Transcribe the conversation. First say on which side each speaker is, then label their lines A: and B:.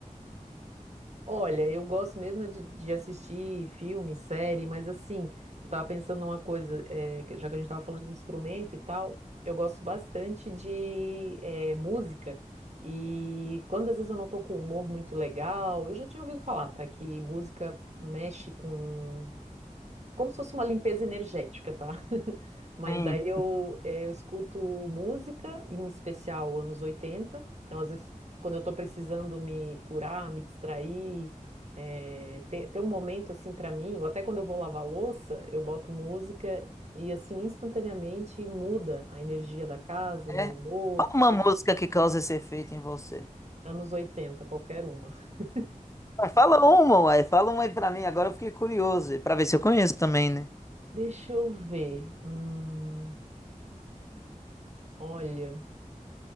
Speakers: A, on the right; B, on the left.
A: Olha, eu gosto mesmo é de, de assistir filme, série, mas assim, eu tava pensando numa coisa, eh, que já que a gente tava falando de instrumento e tal, eu gosto bastante de eh, música. E quando às vezes eu não tô com humor muito legal, eu já tinha ouvido falar, tá? Que música mexe com como se fosse uma limpeza energética, tá? <laughs> Mas
B: cozinhar,
A: daí eu, eh, eu escuto música, em especial anos 80. Então, às vezes, quando eu tô precisando me curar, me distrair, eh, ter, ter um momento assim pra mim, ou até quando eu vou lavar louça, eu boto música e assim instantaneamente muda a energia da casa, o
B: né?
A: meu humor.
B: Fala uma música que causa esse efeito em você.
A: Anos oitenta, qualquer uma. <laughs>
B: Ué, Fala uma, uai. Fala uma aí pra mim. Agora eu fiquei curioso, pra ver se eu conheço também, né?
A: Deixa eu ver. Hum, olha.